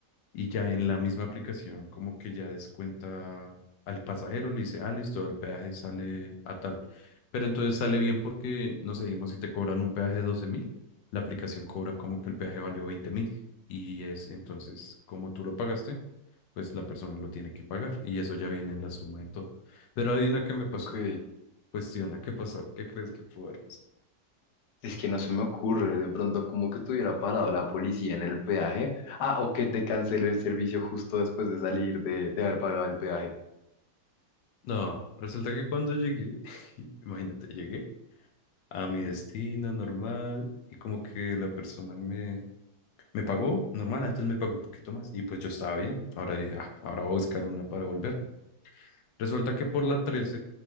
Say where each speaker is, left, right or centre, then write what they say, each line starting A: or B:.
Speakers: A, on the left; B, on the left.
A: y ya en la misma aplicación como que ya descuenta al pasajero, le dice, ah, listo, el peaje sale a tal. Pero entonces sale bien porque, no sé, digamos, si te cobran un peaje de doce mil, la aplicación cobra como que el peaje valió veinte mil. Y es entonces, como tú lo pagaste, pues la persona lo tiene que pagar. Y eso ya viene en la suma de todo. Pero adivina qué me pasó.
B: Ok.
A: Cuestiona, ¿qué pasó? ¿Qué crees que pudo haber pasado?
B: Es que no se me ocurre de pronto como que te hubiera parado la policía en el peaje. Ah, o que te canceló el servicio justo después de salir de, de haber pagado el peaje.
A: No, resulta que cuando llegué, <laughs> imagínate, llegué a mi destino normal y como que la persona me, me pagó normal, antes me pagó un poquito más y pues yo estaba bien. Ahora dije, ah, ahora voy a buscar una para devolverme. Resulta que por la 13